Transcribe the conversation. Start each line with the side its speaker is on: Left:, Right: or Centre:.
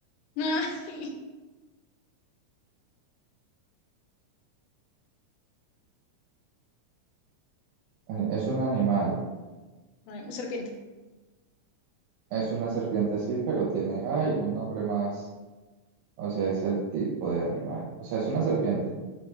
Left: <laughs>
Right: Ay, Es un animal.
Left: Ay, un serpiente.
Right: Es una serpiente, sí, pero tiene, ay, un nombre más. O sea, es el tipo de animal. O sea, es una serpiente.